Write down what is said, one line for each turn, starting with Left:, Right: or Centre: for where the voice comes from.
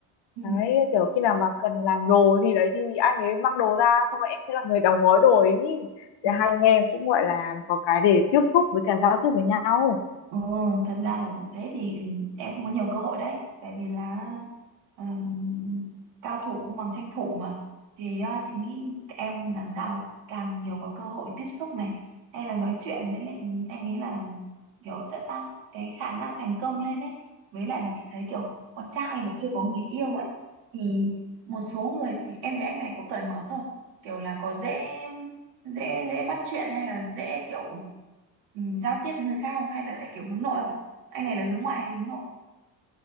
Right: Ừ.
Left: đấy kiểu khi nào mà cần làm đồ gì đấy thì anh ấy mang đồ ra xong rồi em sẽ là người đóng gói đồ ấy
Right: Ừ.
Left: thì hai anh em cũng gọi là có cái để tiếp xúc với cả giao tiếp với nhau
Right: Ừ, thật ra là thế thì ừ, em cũng có nhiều cơ hội đấy tại vì là ờm, cao thủ bằng tranh thủ mà thì ờ, chị nghĩ em làm sao càng nhiều có cơ hội tiếp xúc này hay là nói chuyện với lại anh ấy là kiểu sẽ tăng cái khả năng thành công lên ấy với lại là chị thấy kiểu con trai mà chưa có người yêu ấy thì một số người thì em thấy anh này có cởi mở không kiểu là có dễ dễ dễ bắt chuyện hay là dễ kiểu ừ, giao tiếp với người khác không hay là lại kiểu hướng nội không anh này là hướng ngoại hay hướng nội